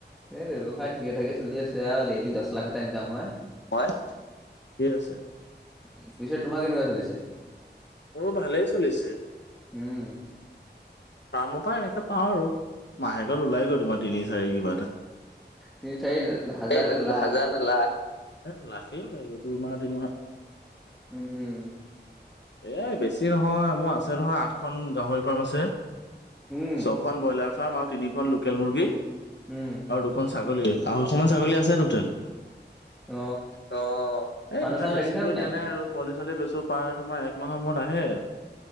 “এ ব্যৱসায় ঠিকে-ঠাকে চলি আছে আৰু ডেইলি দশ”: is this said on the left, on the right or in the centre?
Centre